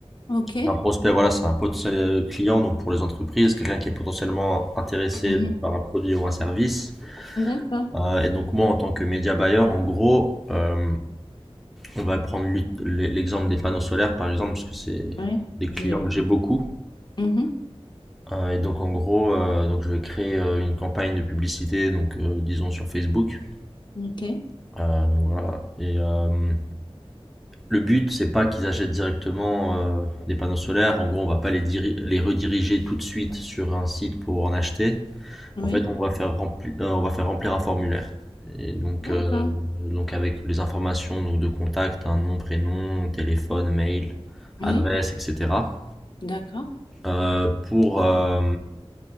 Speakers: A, on the left; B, in the centre.
A: Ok.
B: Un prospect, voilà, c'est un potentiel euh, client donc pour les entreprises, quelqu'un qui est potentiellement intéressé
A: Mhm.
B: donc, par un produit ou un service.
A: D'accord.
B: Euh, et donc moi, en tant que média buyer, en gros, euh, On va prendre l'exemple des panneaux solaires, par exemple, parce que c'est
A: Oui.
B: des clients
A: J'ai le-
B: que j'ai beaucoup.
A: Mhm.
B: Euh, et donc, en gros, euh, donc je vais créer euh, une campagne de publicité, donc euh, disons sur Facebook.
A: Ok.
B: Euh, donc voilà. Et euh, le but, c'est pas qu'ils achètent directement euh, des panneaux solaires. En gros, on va pas les, diri- les rediriger tout de suite sur un site pour en acheter.
A: Oui.
B: En fait, on va faire rempli- euh, on va faire remplir un formulaire. Et donc,
A: D'accord.
B: euh, donc avec les informations donc de contact, un nom, prénom, téléphone, mail,
A: Oui.
B: adresse, etc.
A: D'accord.
B: euh, pour, euh,